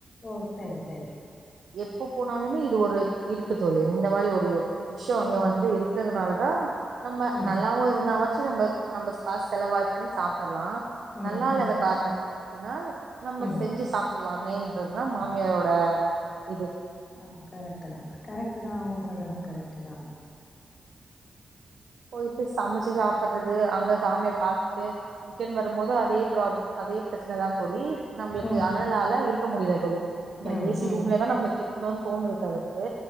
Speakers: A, on the left (about 50°); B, on the right (about 75°).
A: ஓ சரி சரி...
B: எப்போ போனாலுமே இது ஒரு இருக்கு தோழி இந்த மாரி ஒரு விஷயோ அங்க
A: ம்
B: வந்து இருக்கிறதுனால ஆ <inaudible> நம்ம
A: ம்
B: நல்லாவோ இருந்தாவ <unintelligible> நம்ம காஷ் செலவாய் பண்ணி சாப்டலாம்
A: ம்
B: நல்லா இல்லாத
A: ம்
B: கார்னாத் தினா நம்ம
A: ம்
B: செஞ்ஜி சாப்டலாமே இதெல்லா மாமியாரோட இது
A: ஆ கரெக்ட் தா கரெக்ட் தா அவுங்க சொல்றதும் கரெக்ட் தான்
B: போயிட்டு சமைச்சு சாப்புறது அங்க சாமிய பாத்துட்டு ரிட்டன் வரும்போது அதே ப்ரா அதே பிரச்சனதா தோழி நம்மளுக்கு
A: ம்
B: அனலால இருக்க முடியல தோழி அந்த
A: ம்
B: ஏசி
A: ம்
B: ரூம்லதா நம்மளுக்கு கமான் தோண்விப்பாங்க து